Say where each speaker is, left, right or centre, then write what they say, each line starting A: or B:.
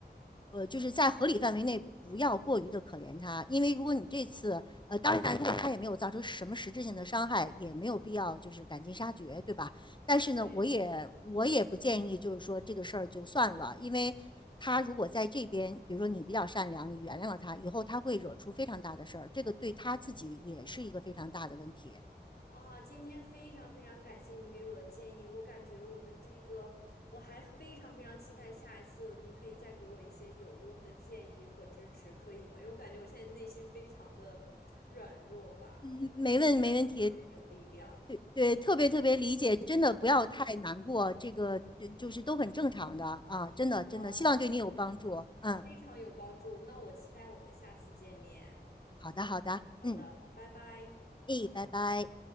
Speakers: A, on the left (about 25°); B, on the left (about 65°).
A: 呃，就是在合理范围内，不要过于的可怜他，因为如果你这次，呃，当然，如果他也没有造成什么实质性的伤害，也没有必要就是赶尽杀绝，对吧？但是呢，
B: 对。
A: 我也我也不建议，就是说这个事儿就算了，因为他如果在这边，比如说你比较善良，你原谅了他，以后他会惹出非常大的事儿，这个对他自己也是一个非常大的问题。
B: 啊，今天非常非常感谢你给我的建议，我感觉我们这个，我还非常非常期待下一次你可以再给我一些有用的建议和支持，可以吗？因为我感觉我现在内心非常的软弱吧，
A: 嗯，
B: 你您的话语特别有力量。
A: 没问没问题，对对，特别特别理解，真的不要太难过，这个呃就是都很正常的啊，真的真的，
B: 好的，
A: 希望对你有帮助。嗯，
B: 啊，非常有帮助。那我期待我们下次见面。
A: 好的好的，
B: 好的，
A: 嗯，
B: 拜拜。
A: 咦，拜拜。